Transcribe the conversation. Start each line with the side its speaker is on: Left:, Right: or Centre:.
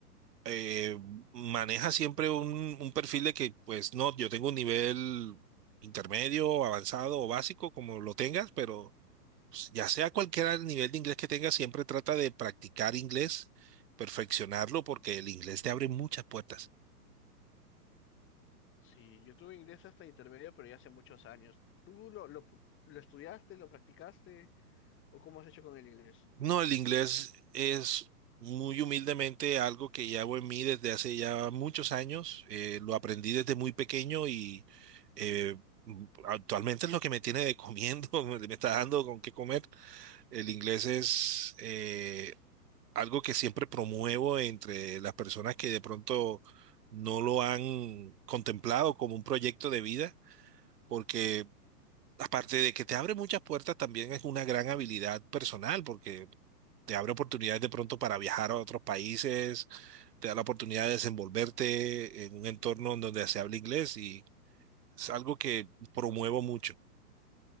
Right: eh, maneja siempre un, un perfil de que, pues no, yo tengo un nivel intermedio, avanzado o básico, como lo tengas, pero pues, ya sea cualquier nivel de inglés que tengas, siempre trata de practicar inglés, perfeccionarlo, porque el inglés te abre muchas puertas.
Left: Sí, yo tuve inglés hasta intermedio, pero ya hace muchos años. ¿Tú lo, lo, lo estudiaste, lo practicaste o cómo has hecho con el inglés?
Right: No, el inglés es muy humildemente algo que llevo en mí desde hace ya muchos años. eh, lo aprendí desde muy pequeño y eh, m- actualmente es lo que me tiene de comiendo, <laughs> me me está dando con qué comer. El inglés es, eh, algo que siempre promuevo entre las personas que de pronto no lo han contemplado como un proyecto de vida, porque aparte de que te abre muchas puertas, también es una gran habilidad personal, porque te abre oportunidades de pronto para viajar a otros países, te da la oportunidad de desenvolverte en un entorno en donde se habla inglés y es algo que promuevo mucho.